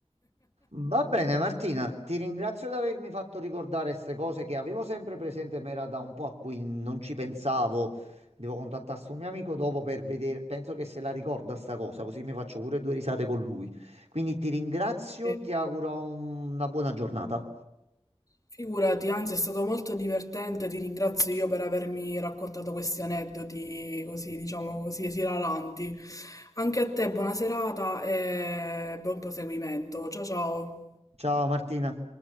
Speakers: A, on the right; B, on the left.
A: Va bene Martina, ti ringrazio di avermi fatto ricordare queste cose che avevo sempre presente, ma era da un po' a cui non ci pensavo. Devo contattare sto mio amico dopo per vedere, penso che se la ricorda sta cosa, così mi faccio pure due risate con lui. Quindi ti ringrazio,
B: Sì.
A: ti auguro un- una buona giornata.
B: Figurati, anzi è stato molto divertente, ti ringrazio io per avermi raccontato questi aneddoti così, diciamo così, esilaranti. Anche a te buona serata e buon proseguimento. Ciao ciao.
A: Ciao Martina.